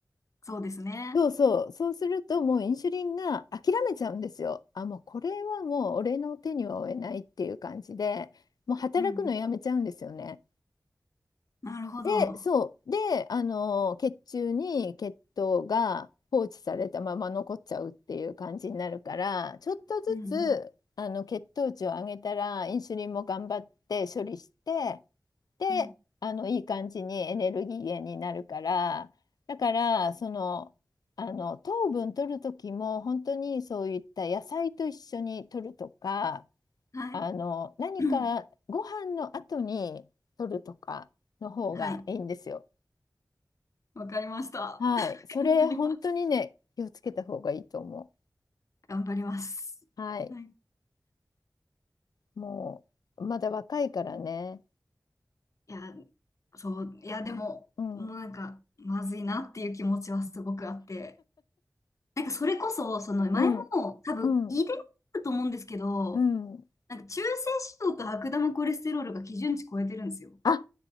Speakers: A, on the left; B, on the left.
A: そうですね。
B: そうそう、そうするともうインシュリンが諦めちゃうんですよ。あ、もうこれはもう俺の手には負えないっていう感じで、もう働くのやめちゃうんですよね。
A: うん、うん。なるほど。
B: で、そう。で、あの、血中に血糖が放置されたまま残っちゃうっていう感じになるから、ちょっとずつ、
A: うん、うん。
B: あの、血糖値を上げたら、インスリンも頑張って処理して、で、
A: うん
B: あの、いい感じにエネルギー源になるから、だから、その、あの、糖分取る時も、本当にそういった野菜と一緒に取るとか、
A: はい。
B: あの、何かご飯の後に取るとかの方がいいんですよ。
A: <coughs> <clears throat> はい。わかりました。
B: はい。
A: <laughs>
B: それ、
A: 頑張ります。
B: 本当にね、気をつけた方がいいと思
A: 頑張ります。
B: う。はい。
A: はい。
B: もう、まだ若いからね。
A: いや、そう、いや、でも、
B: うん、
A: もうなんか、まずいなっていう気持ちはすごくあって、なんかそれこそ、その前も多分遺伝あると思うんですけど、
B: うん、うん、うん。
A: なんか中性脂肪と悪玉コレステロールが基準値超えてるんですよ。
B: あ、